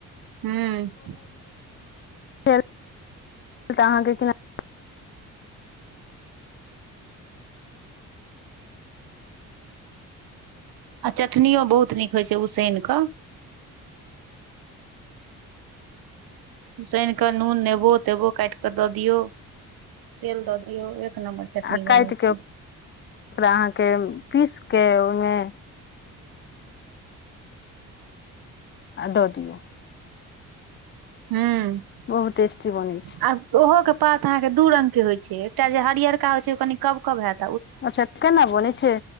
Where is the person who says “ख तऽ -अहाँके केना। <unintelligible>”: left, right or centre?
Left